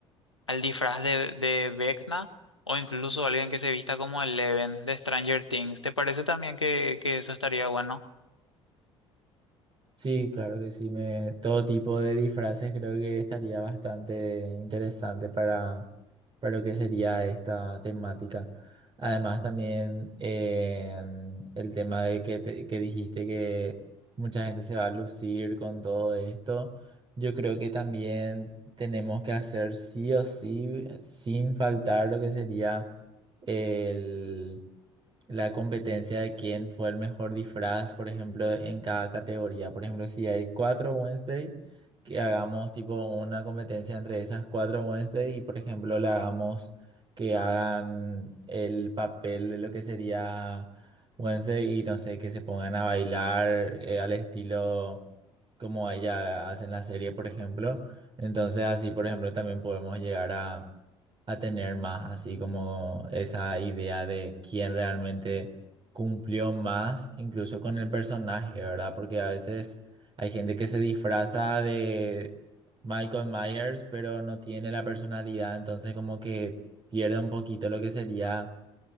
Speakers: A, on the left (about 80°); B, on the right (about 35°).
A: el disfraz de, de Vecna? O incluso alguien que se vista como Eleven de Stranger Things. ¿Te parece también que, que eso estaría bueno?
B: Sí, claro que sí. Me, todo tipo de disfraces creo que estaría bastante interesante para, para lo que sería esta temática. Además, también eh, el tema de que, te- que dijiste que mucha gente se va a lucir con todo esto. Yo creo que también tenemos que hacer sí o sí, sin faltar lo que sería el la competencia de quién fue el mejor disfraz, por ejemplo, en cada categoría. Por ejemplo, si hay cuatro Wednesday, que hagamos tipo una competencia entre esas cuatro Wednesday y, por ejemplo, le hagamos que hagan el papel de lo que sería Wednesday y no sé, que se pongan a bailar eh, al estilo como ella hace en la serie, por ejemplo. Entonces, así, por ejemplo, también podemos llegar a a tener más así como esa idea de quién realmente cumplió más, incluso con el personaje, ¿verdad? Porque a veces hay gente que se disfraza de Michael Myers, pero no tiene la personalidad, entonces como que pierde un poquito lo que sería